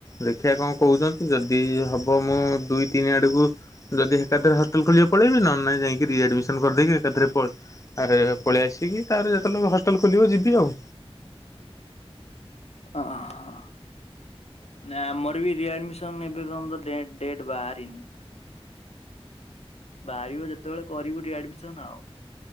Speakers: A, on the left (about 30°); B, on the left (about 90°).
A: ଦେଖିବା କଣ କହୁଛନ୍ତି? ଯଦି ହବ ମୁଁ ଦୁଇ ତିନି ଆଡ଼କୁ ଯଦି ଏକାଥରେ ହଷ୍ଟେଲ ଖୋଲିବ ପଳେଇବି ନହେନେ ନାଇଁ ଯାଇକି ରିଆଡ଼ମିସନ କରିଦେଇକି ଏକାଥରେ ପ ଆରେ ପଳେଇ ଆସିକି ତାରେ ଯେତେବେଳେ ହଷ୍ଟେଲ ଖୋଲିବ ଯିବି ଆଉ।
B: ହଁ ହଁ ମାନେ ଆମର ବି ରିଆଡମିସନ ଏବେ କଣ ଡେଟ୍ ଡେଟ୍ ବାହାରିନି। ବାହାରିବ ଯେତେବେଳେ କରିବୁ ରିଆଡମିସନ ଆଉ।